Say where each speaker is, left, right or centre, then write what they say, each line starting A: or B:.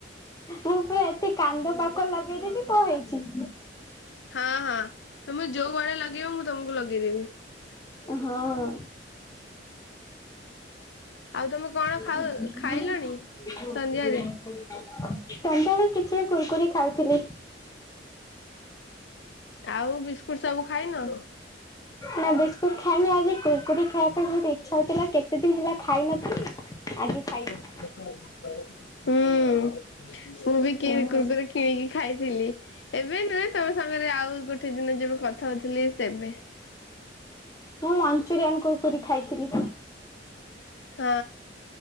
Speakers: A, on the left (about 20°); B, on the left (about 75°).
A: ମୁଁ ପୁରା ଏତେ କାନ୍ଦ ପାକ ଲଗେଇଦେବି କଣ ହେଇଛି
B: ହଁ ହଁ ତମେ ଯୋଉ ଭଳିଆ ଲଗେଇବ ମୁଁ ତମକୁ ଲଗେଇଦେବି
A: ହଁ <unintelligible>
B: ଆଉ ତମେ କଣ
A: ସଧ୍ୟାବେଳେ
B: ଖାଉ ଖାଇଲଣି? ସନ୍ଧ୍ୟାରେ
A: କିଛି କୁୁରକୁରି ଖାଉଥିଲି।
B: ଆଉ ବିସ୍କୁଟ ସବୁ ଖାଇନ?
A: ନା ବିସ୍କୁଟ ଖାଇନି ଆଜି କୁରକୁରି ଖାଇବା ପାଇଁ ବହୁତ ଇଚ୍ଛା ହଉଥିଲା କେତେ ଦିନ ହେଲା। ଖାଇନଥିଲି ଆଜି ଖାଇବି।
B: ହୁଁ। ମୁଁ ବି କି
A: ଓହୋ
B: କୁରକୁର ରେ କିଣିକି ଖାଇଥିଲି। ଏବେ ନ ତମ ସାଙ୍ଗରେ ଆଉ ଗୋଟେ ଦିନ ଯେବେ କଥା ହଉଥିଲି ତେବେ।
A: ମୁଁ ମଞ୍ଚୁରିଆନ୍ କୁରକୁର୍ ଖାଇଥିଲି।
B: ହଁ